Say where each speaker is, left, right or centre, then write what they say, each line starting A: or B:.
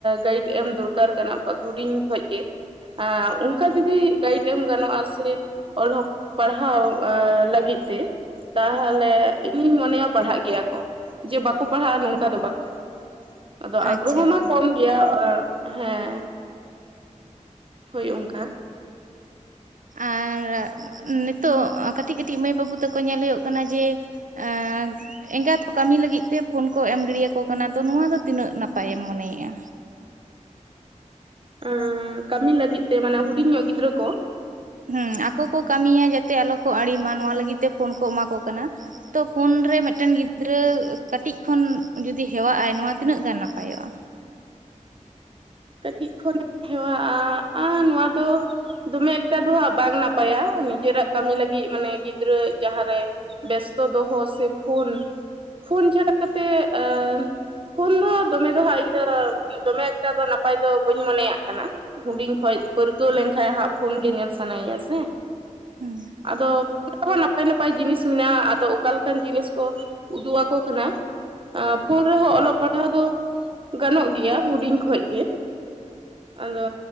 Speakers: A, on the right; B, on the right.
A: ᱜᱟᱭᱤᱰ ᱮᱢ ᱫᱚᱨᱠᱟᱨ, <unintelligible> ᱦᱩᱰᱤᱧ ᱠᱷᱚᱡ ᱜᱮ, ᱟᱸ ᱚᱱᱠᱟ ᱡᱩᱫᱤ ᱜᱟᱭᱤᱰ ᱮᱢ ᱜᱟᱱᱚᱜᱼᱟ ᱥᱮ ᱚᱞᱚᱠ ᱯᱟᱲᱦᱟᱣ ᱟᱻ ᱞᱟᱹᱜᱤᱫ ᱛᱮ? ᱛᱟᱦᱟᱞᱮ ᱤᱧᱤᱧ ᱢᱚᱱᱮᱭᱟ ᱯᱟᱲᱦᱟᱜ ᱜᱮᱭᱟ ᱠᱚ ᱾ ᱡᱮ ᱵᱟᱠᱚ ᱯᱟᱲᱦᱟᱜᱼᱟ, ᱱᱚᱝᱠᱟ ᱫᱚ ᱵᱟᱝ ᱠᱟᱱᱟ ᱾ ᱟᱫᱚ ᱟᱜᱽᱨᱚᱦᱚ
B: ᱟᱪᱪᱷᱟ
A: ᱢᱟ ᱠᱚᱢ ᱜᱮᱭᱟ ᱦᱮᱸ। ᱦᱳᱭ ᱚᱝᱠᱟ᱾
B: ᱟᱨ ᱱᱤᱛᱚᱜ ᱠᱟᱹᱴᱤᱜ ᱠᱟᱹᱴᱤᱜ ᱢᱟᱹᱭ ᱵᱟᱹᱵᱩ ᱛᱟᱠᱚ ᱧᱮᱞ ᱦᱩᱭᱩᱜ ᱠᱟᱱᱟ ᱡᱮ? ᱮᱸ <inaudible> ᱮᱸᱜᱟᱛ ᱠᱚ ᱠᱟᱹᱢᱤ ᱞᱟᱹᱜᱤᱫ ᱛᱮ ᱯᱷᱳᱱ ᱠᱚ ᱮᱢ ᱜᱤᱰᱤᱭᱟᱠᱚ ᱠᱟᱱᱟ ᱛᱚ ᱱᱚᱣᱟ ᱫᱚ ᱛᱤᱱᱟᱹᱜ ᱱᱟᱯᱟᱭᱮᱢ ᱢᱚᱱᱮᱭᱮᱜᱼᱟ?
A: <unintelligible> ᱠᱟᱹᱢᱤ ᱞᱟᱹᱜᱤᱫ ᱛᱮ ᱢᱟᱱᱮ ᱦᱩᱰᱤᱧ ᱧᱚᱜ ᱜᱤᱫᱽᱨᱟᱹ ᱠᱚ?
B: ᱦᱩᱸ ᱟᱠᱚ ᱠᱚ ᱠᱟᱹᱢᱤᱭᱟ ᱡᱟᱛᱮ ᱟᱞᱚ ᱠᱚ ᱟᱲᱤᱢᱟ ᱱᱚᱣᱟ ᱞᱟᱹᱜᱤᱫ ᱛᱮ ᱯᱷᱳᱱ ᱠᱚ ᱮᱢᱟ ᱠᱚ ᱠᱟᱱᱟ᱾ ᱛᱚ ᱯᱷᱳᱱ ᱨᱮ ᱢᱤᱫ ᱴᱮᱱ ᱜᱤᱫᱽᱨᱟᱹ ᱠᱟᱴᱤᱡ ᱠᱷᱚᱱ ᱡᱩᱫᱤ ᱦᱮᱣᱟᱜ ᱟᱭ ᱱᱚᱣᱟ ᱛᱤᱱᱟᱹᱜ ᱜᱟᱱ ᱱᱟᱯᱟᱭᱚᱜᱼᱟ?
A: ᱠᱟᱹᱴᱤᱡ ᱠᱷᱚᱱ <unintelligible> ᱦᱮᱣᱟᱜᱼᱟ ᱟᱻ ᱱᱚᱣᱟ ᱫᱚ? ᱫᱚᱢᱮᱜ ᱮᱠᱴᱟ ᱫᱚ ᱦᱟᱸᱜ ᱵᱟᱝ ᱱᱟᱯᱟᱭᱟ ᱱᱤᱡᱮᱨᱟᱜ ᱠᱟᱹᱢᱤ ᱞᱟᱹᱜᱤᱫ ᱢᱟᱱᱮ ᱜᱤᱫᱽᱨᱟᱹ ᱡᱟᱦᱟᱸᱨᱮ, ᱵᱮᱥᱛᱚ ᱫᱚᱦᱚ ᱥᱮ ᱯᱷᱳᱱ, ᱯᱷᱳᱱ ᱪᱷᱟᱲᱟ ᱠᱟᱛᱮᱜ ᱟᱻ <unintelligible> ᱫᱚ ᱦᱟᱜ ᱫᱚᱢᱮ ᱫᱚ ᱦᱟᱜ ᱤᱭᱟ ᱫᱚᱢᱮ ᱮᱠᱴᱟ ᱫᱚ ᱱᱟᱯ <unintelligible> <unintelligible> ᱯᱟᱭ ᱫᱚ ᱵᱟᱹᱧ ᱢᱚᱱᱮᱭᱟᱜ ᱠᱟᱱᱟ ᱦᱩᱰᱤᱧ ᱠᱷᱚᱡ ᱯᱟᱹᱨᱠᱟᱹᱣ ᱞᱮᱱᱠᱷᱟᱡ ᱦᱟᱸᱜ ᱯᱷᱳᱱ ᱜᱮ ᱧᱮᱞ ᱥᱟᱱᱟᱭᱟ ᱥᱮ᱾
B: ᱦᱮᱸ
A: ᱟᱫᱚ? <inaudible> <unintelligible> ᱱᱟᱯᱟᱭ ᱱᱟᱯᱟᱭ ᱡᱤᱱᱤᱥ ᱢᱮᱱᱟᱜᱼᱟ ᱟᱫᱚ ᱚᱠᱟᱞᱮᱠᱟᱱ ᱡᱤᱱᱤᱥ ᱠᱚ ᱩᱫᱩᱜ ᱟᱠᱚ ᱠᱟᱱᱟ? ᱟᱻ ᱯᱷᱳᱱ ᱨᱮᱦᱚᱸ ᱚᱞᱚᱜ ᱯᱟᱲᱦᱟᱣ ᱫᱚ ᱜᱟᱱᱚᱜ ᱜᱮᱭᱟ ᱦᱩᱰᱤᱧ ᱠᱷᱚᱡ ᱜᱮ᱾ ᱟᱫᱚ